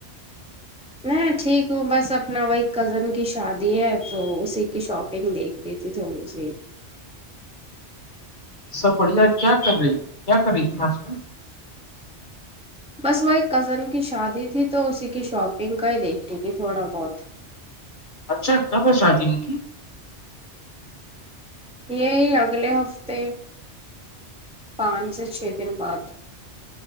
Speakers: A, in the centre; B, on the left (about 45°).
A: میں ٹھیک ہوں بس اپنا وہی کزن کی شادی ہے تو اسی کی شاپ گ دیکھ رہی تھی تھوڑی سی
B: سب بڑھیا کیا کر رہی کیا کر رہی تنی آج کل
A: بس وہ ایک کزن کی شادی تھی تو اسی کی شاپنگ کا ہی دیکھتی تھی تھوڑا بہت
B: اچھا کب ہے شادی ان کی
A: یہی اگلے ہفتے پانچ سے چھ دن بعد